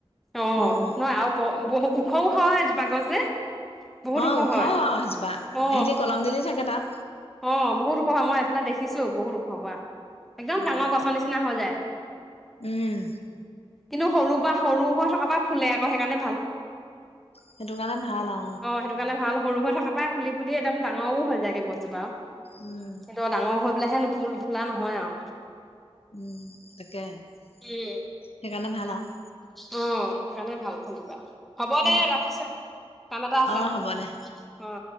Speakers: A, in the centre; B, on the left.
A: অ
B: উম
A: নহয় আৰু বহু ওখও হয় এজোপাগছ যে বহুত
B: অ ওখ
A: হয়
B: বা
A: অ
B: সিহঁতি কলম দি দি থাকে তাত।
A: অ বহুত ওখ হোৱা মই এইফালে দেখিছো বহুত ওখ হোৱা একদম
B: উম
A: ডাঙৰ গছৰ নিচিনা হৈ যায়।
B: উম
A: কিন্তু সৰু বা সৰু হৈ থকাৰ পৰা ফুলে আকৌ সেইকাৰণে ভাল
B: সেইটো কাৰণে ভাল অ
A: সেইটো কাৰণে ভাল সৰু হৈ থকা পাই ফুলি ফুলি একদম ডাঙৰও হৈ যায়গে গছজোপা
B: উম
A: সেইটো ডাঙৰ হৈ। বোলেহে নুফুল ফুলা নহয় আৰু
B: উম তাকে সেইকাৰণে
A: উম।
B: ভাল আৰু
A: অ সেইকাৰণে ভাল ফুলিবা হ'ব
B: উম
A: দে ৰাখিছো কাম এটা আছে
B: অ হ'ব দে
A: অ